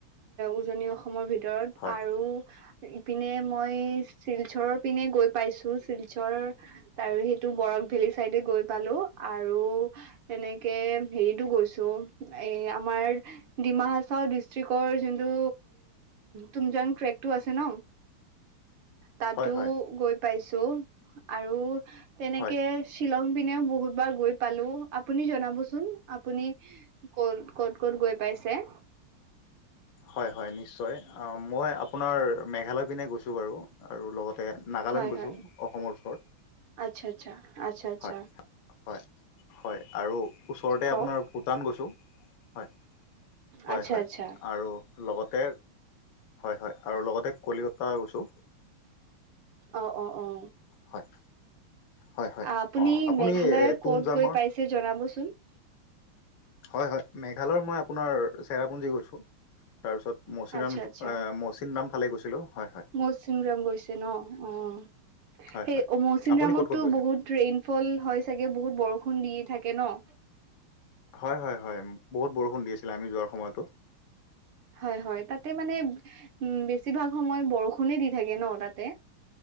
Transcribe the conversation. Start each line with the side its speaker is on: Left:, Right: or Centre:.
Right: উজনি অসমৰ ভিতৰত
Left: হয়
Right: আৰু ইপিনে মই শিলচৰৰ পিনে গৈ পাইছোঁ, শিলচৰ আৰু সেইটো বৰাক ভেলী চাইডে গৈ পালোঁ আৰু এনেকে হেৰিটো গৈছোঁ, এ আমাৰ ডিমা হাচাও ডিষ্ট্ৰিক্টৰ যোনটো ট্ৰোমজান ট্ৰেকটো আছে ন, তাতো
Left: হয় হয়
Right: গৈ পাইছোঁ আৰু তেনেকে,
Left: হয়
Right: শ্বিলং পিনে বহুত বাৰ গৈ পালোঁ, আপুনি জনাবচোন আপুনি- ক'ত, ক'ত ক'ত গৈ পাইছে।
Left: হয় হয় নিশ্চয়, মই আপোনাৰ মেঘালয় পিনে গৈছোঁ বাৰু। আৰু লগতে নাগালেণ্ড
Right: হয়
Left: গৈছোঁ
Right: হয়
Left: অসমৰ ওচৰত।
Right: আচ্ছা আচ্ছা, আচ্ছা আচ্ছা।
Left: হয় হয়, হয় আৰু ওচৰতে
Right: কওক
Left: আপোনাৰ ভূটান গৈছোঁ। হয়, হয়
Right: আচ্ছা
Left: হয়
Right: আচ্ছা,
Left: আৰু লগতে, হয় হয় আৰু লগতে কলিকতা গৈছোঁ।
Right: অ'অ'অ',
Left: হয়, হয় হয়
Right: আপুনি
Left: অ
Right: মেঘালয়ৰ
Left: এ তুমজাঙৰ
Right: ক'ত গৈ পাইছে জনাবচোন।
Left: হয় হয়, মেঘালয়ৰ মই আপোনাৰ চেৰাপুঞ্জী গৈছোঁ। তাৰপিছত মৌচিৰাম,
Right: আচ্ছা আচ্ছা
Left: মৌচিন ৰামফালে গৈছিলোঁ হয় হয়।
Right: মৌচিনৰাম গৈছে ন, অ',
Left: হয়
Right: সেই
Left: হয়
Right: মৌচিন
Left: আপুনি
Right: ৰামতো
Left: ক'ত ক'ত গৈছে
Right: বহুত- ট্ৰেইন ফল হয় চাগে, বহুত বৰষুণ দি থাকে ন।
Left: হয় হয় হয়, বহুত বৰষুণ দি আছিলে আমি যোৱাৰ সময়তো।
Right: হয় হয়, তাতে মানে উম্, বেছিভাগ সময় বৰষুণে দি থাকে ন তাতে।